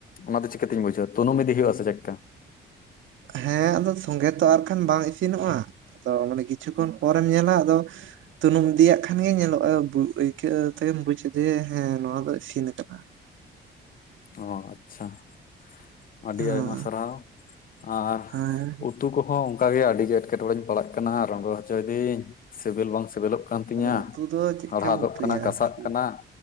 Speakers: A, on the left; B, on the right.
A: ᱚᱱᱟ ᱫᱚ ᱪᱤᱠᱟᱹᱛᱤᱧ ᱵᱩᱡᱷᱟᱹᱣᱟ? ᱛᱩᱱᱩᱢ ᱤᱫᱼᱼ ᱦᱩᱭᱩᱜ ᱟᱥᱮ ᱪᱮᱫ ᱞᱮᱠᱟ?
B: ᱦᱮᱸ ᱟᱫᱚ ᱥᱚᱸᱜᱮ ᱛᱚ ᱟᱨ ᱠᱷᱟᱱ ᱵᱟᱝ ᱤᱥᱤᱱᱚᱜᱼᱟ ᱾ ᱛᱚ ᱢᱟᱱᱮ ᱠᱤᱪᱷᱩ ᱠᱷᱚᱱ ᱯᱚᱨᱮᱢ ᱧᱮᱞᱟ ᱟᱫᱚᱼᱼ ᱛᱩᱱᱩᱢ ᱤᱫᱤᱭᱟᱜ ᱠᱷᱟᱱ ᱜᱮ ᱧᱮᱞᱚᱜᱼᱟ ᱟᱹᱭᱠᱟᱹᱣ ᱛᱮᱢ ᱵᱩᱡ ᱟᱡᱮ ᱦᱮᱸ ᱱᱚᱣᱟ ᱫᱚ ᱤᱥᱤᱱ ᱟᱠᱟᱱᱟ
A: ᱚ ᱟᱪᱪᱷᱟ ᱾ ᱟᱹᱰᱤ
B: ᱦᱮᱸ
A: ᱟᱭᱢᱟ ᱥᱟᱨᱦᱟᱣ ᱾ ᱟᱨᱼᱼ
B: ᱦᱮᱸ
A: ᱩᱛᱩ ᱠᱚᱦᱚᱸ ᱚᱱᱠᱟ ᱜᱮ ᱟᱹᱰᱤ ᱜᱮ ᱮᱴᱠᱮ ᱴᱚᱸᱬᱮᱧ ᱯᱟᱲᱟᱜ ᱠᱟᱱᱟ ᱾ ᱨᱚᱸᱜᱚ ᱦᱚᱪᱚᱭ ᱤᱫᱟᱹᱧ ᱥᱤᱵᱤᱞ ᱵᱟᱝ ᱥᱤᱵᱤᱞᱚᱜᱼᱼ ᱠᱟᱱᱟ ᱠᱟᱱ ᱛᱤᱧᱟᱹ
B: ᱟᱫᱚ ᱩᱛᱩ ᱫᱚ ᱪᱮᱫᱠᱟᱢ
A: ᱦᱟᱲᱦᱟᱫᱚᱜ
B: ᱩᱛᱩᱭᱟ
A: ᱠᱟᱱᱟ ᱠᱟᱥᱟᱜ
B: ᱟᱨᱠᱤ
A: ᱠᱟᱱᱟ ᱾